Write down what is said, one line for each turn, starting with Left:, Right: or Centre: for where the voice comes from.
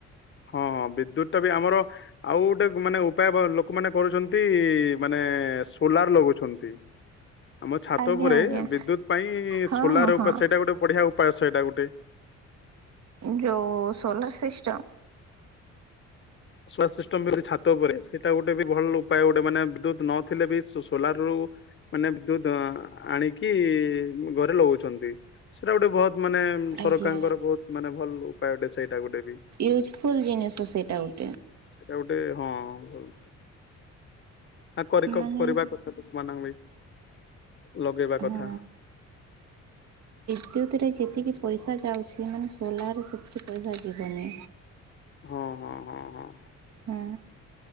Left: ହଁ ହଁ ବିଦ୍ୟୁତ ଟା ବି ଆମର ଆଉ ଗୋଟେ ମାନେ ଉପାୟ ଲୋକମାନୋନ କରୁଛନ୍ତି ମାନେ ସୋଲାର ଲଗାଉଛନ୍ତି। ଆମ ଛାତ
Right: ଆଜ୍ଞା
Left: ଉପରେ
Right: ଆଜ୍ଞା
Left: ବିଦ୍ୟୁତ ପାଇଁ
Right: ହଁ
Left: ସୋଲାର
Right: ହଁ ହଁ
Left: ଉପା ସେଇଟା ଗୋଟେ ବଢିଆ। ପାଞ୍ଚ ଶହେଟା ଗୋଟେ।
Right: ଯୋଉଁ ସୋଲାର ସିଷ୍ଟମ
Left: ସୋଲାର ସିଷ୍ଟମ ବି ଗୋଟଛି ଛାତ ଉପରେ ସେଇଟା ଗୋଟେ ବି ଭଲ ଉପାୟ ଗୋଟେ ମାନେ ଦୁଧ ନଥିଲେ ବି ସୋଲାର ରୁ ମାନେ ଦୁଧ ଆଣିକି ଘରେ ଲଗଉଛନ୍ତି ସେଇଟା ଗୋଟେ ବହୁତ। ମାନେ ସରକାରଙ୍କର
Right: ଆଜ୍ଞା
Left: ବହୁତ ମାନେ ଭଲ ଉପାୟ ଗୋଟେ ସେଇଟା ଗୋଟେ
Right: ୟୁଜଫୁଲ ଜିନିଷ ସେଇଟା ଉଟେ।
Left: ସେଟା ଗୋଟେ ହଁ ଭଲ। ଆ କରି କ
Right: ମାନେ
Left: କରିବା କଥା ଲୋକମାନଙ୍କୁ ବି। ଲଗେଇବା କଥା
Right: ହଁ। ପ୍ରଦ୍ୟୁତିରେ ଯେତିକି ପଇସା ଯାଉଛି ମାନେ ସୋଲାରରେ ସେତିକି ପଇସା ଯିବନି
Left: ହଁ ହଁ ହଁ ହଁ
Right: ହୁଁ